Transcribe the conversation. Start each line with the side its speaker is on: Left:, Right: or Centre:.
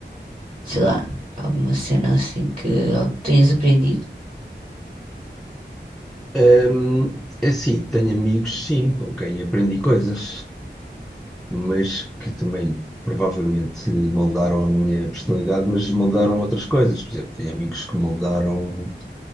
Right: sei lá, alguma cena assim que, algo que tenhas aprendido?
Centre: Hum, é assim, tenho amigos, sim, com quem aprendi coisas, mas que também provavelmente moldaram a minha personalidade, mas moldaram outras coisas. Por exemplo, tenho amigos que moldaram